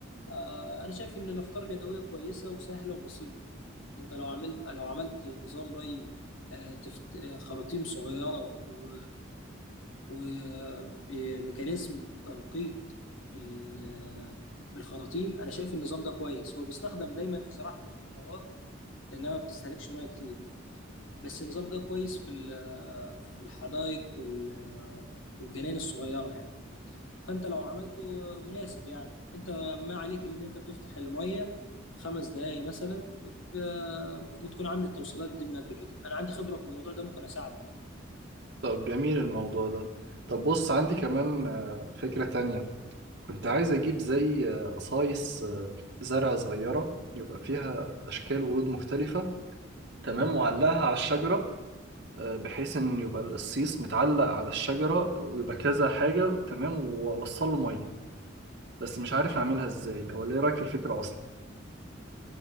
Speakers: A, on the left; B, on the right.
A: آه، انا شايف ان الافكار اليدويه كويسه وسهله وبسيطه انت لو عملت لو عملت نظام ري آه، تفت... آه، خراطيم صغيره و... وبميكانيزم تنقيط بال... آه، بالخراطيم انا شايف النظام ده كويس هو بيستخدم دايما في زراعه الخضروات لانها ما بتستهلكش ميه كتير بس النظام ده كويس في ال... آه، في الحدائق وال... آه، والجناين الصغيره يعني فانت لو عملته مناسب يعني انت ما عليك ان انت بتفتح الميه خمس دقايق مثلا ب... وتكون عامل التوصيلات دي من قبل كده انا عندي خبره في الموضوع ده ممكن اساعدك يعني
B: طب جميل الموضوع ده طب بص عندي كمان آه، فكره تانية كنت عايز أجيب زي قصايص زرع صغيرة يبقى فيها أشكال ورود مختلفة تمام وعلقها على الشجرة آه، بحيث إن يبقى القصيص متعلق على الشجرة ويبقى كذا حاجة تمام وأوصل له مية بس مش عارف أعملها إزاي أو إيه رأيك في الفكرة أصلا؟